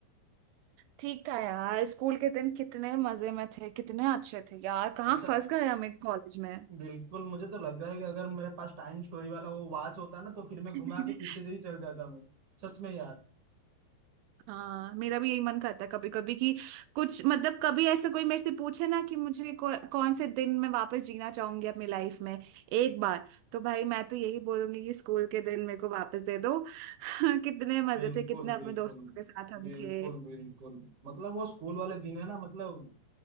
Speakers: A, on the right; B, on the right.
A: ठीक था यार स्कूल के दिन कितने मजे में थे कितने अच्छे थे यार कहाँ
B: अच्छा
A: फंस गए हम एक कॉलेज में
B: बिल्कुल मुझे तो लग रहा है कि अगर मेरे पास टाइम स्टोरी वाला वो वॉच होता ना तो फिर मैं घुमा
A: <laughs>
B: के पीछे से ही चल जाता मैं सच में यार
A: हाँ मेरा भी यही मन करता है कभी कभी कि कुछ मतलब कभी ऐसा कोई मेरे से पूछे ना कि मुझे कौ, कौन से दिन मैं वापस जीना चाहूंगी अपनी लाइफ में एक बार तो भाई मैं तो यही बोलूंगी कि स्कूल के दिन मेरे को वापस दे दो <laughs> कितने मजे
B: बिल्कुल
A: थे कितने अपने
B: बिल्कुल
A: दोस्तों के साथ हम
B: बिल्कुल
A: थे <laughs>
B: बिल्कुल मतलब वो स्कूल वाले दिन है ना मतलब